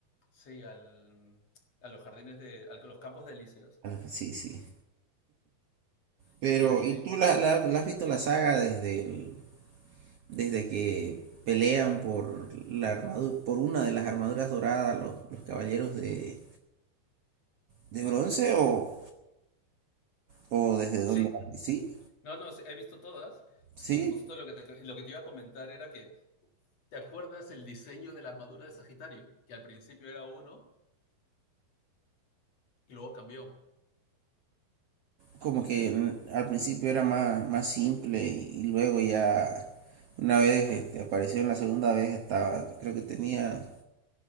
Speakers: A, on the left; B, on the right.
A: sí, al, a los jardines de, a los campos de Elíseos.
B: Ah, Sí, sí. Pero,
A: Sí, sí.
B: ¿y tú la, la- la has visto la saga desde el- desde que pelean por la armadura, por una de las armaduras doradas los, los caballeros de, de bronce o, o desde
A: Sí,
B: dónde? la- Sí,
A: no, no, sí, he visto todas.
B: sí.
A: Y justo lo que, te, lo que te iba a comentar era que, ¿te acuerdas el diseño de la armadura de Sagitario? Que al principio era uno y luego cambió.
B: como que mm, al principio era más, más simple y, y luego ya una vez este, apareció en la segunda vez, estaba, creo que tenía,